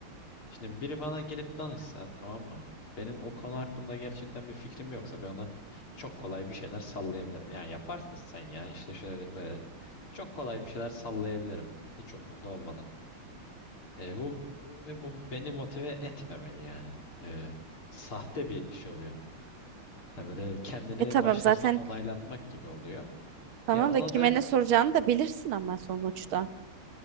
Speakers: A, on the left (about 70°); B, on the right (about 70°).
A: şimdi biri bana gelip danışsa tamam mı? Benim o konu hakkında gerçekten bir fikrim yoksa ben ona çok kolay bir şeyler sallayabilirim. Ya yaparsın sen ya işte şöyledir böyle. Çok kolay bir şeyler sallayabilirim hiç umurumda olmadan. E, bu ve bu beni motive etmemeli yani. E, sahte bir şey oluyor. Ha böyle kendini
B: E tamam
A: başkasına
B: zaten
A: onaylatmak gibi oluyor.
B: Tamam
A: Ya ona
B: da kime
A: da
B: ne soracağını da bilirsin ama sonuçta.